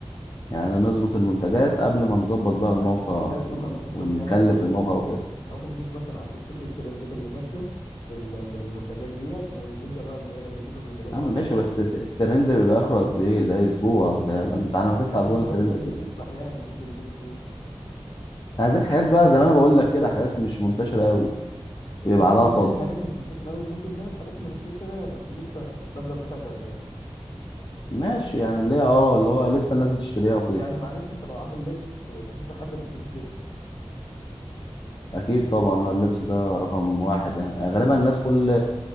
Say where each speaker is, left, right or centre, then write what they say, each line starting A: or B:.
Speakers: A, on the left; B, on the left.
A: يعني
B: بس
A: نظبط المنتجات قبل ما نظبط بقى الموقع
B: هنشوف الناس
A: ون-
B: مثلا بتطلب
A: ونكلف
B: ايه اكتر
A: الموقع وكده
B: إحنا ممكن نشوف مثلا على التيك توك ايه الترندات اللي ماشيه في ال... في المنتجات ديت ونبدا بقى ان ايه نشوف المنتجات
A: يا
B: طبعا
A: عم
B: اللي
A: ماشي
B: هي
A: بس الت- الترند بيبقى اخره قد ايه ده اسبوع بتاع ده انت على ما تفتح
B: لا
A: جوجل
B: في ترندات
A: الترند
B: بتسرح
A: خلص
B: يعني في ترندات بتسرح
A: إحنا عايزين حاجات بقى زي ما انا بقول لك كده حاجات مش منتشره قوي ويبقى
B: ممكن
A: عليها طلب
B: نعمل حاجات مش منتشره قوي ممكن نعمل حاجات منتشره بس لسه الضجه بتاعتها شغاله
A: ماشي يعني اللي هي اه اللي هو لسه الناس بتشتريها وكده
B: يعني معلش انت لو عامل لبس اه، مفيش حد ما بيشتريش لبس
A: اكيد طبعا هو اللبس ده رقم واحد يعني غالبا الناس كل